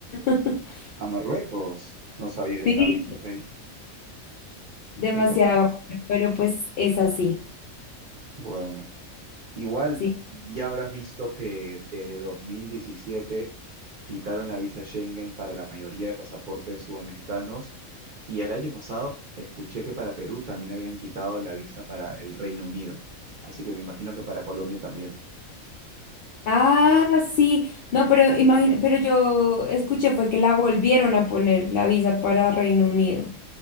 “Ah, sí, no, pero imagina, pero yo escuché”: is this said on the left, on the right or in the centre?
Left